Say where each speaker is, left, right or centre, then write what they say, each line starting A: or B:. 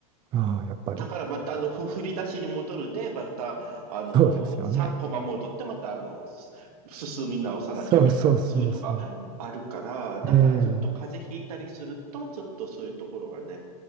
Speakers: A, on the right; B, on the right.
A: あー、やっぱり、
B: だからまたあの、ふ振り出しに戻るで、また、あのー、
A: そうですよね。
B: 3コマ戻って、またあの、す進み直さなきゃみたいな、
A: そうそうそうそう。
B: そういうのがあるから、だからちょっと風邪ひいたりすると、
A: ええ
B: ちょっとそういうところがね、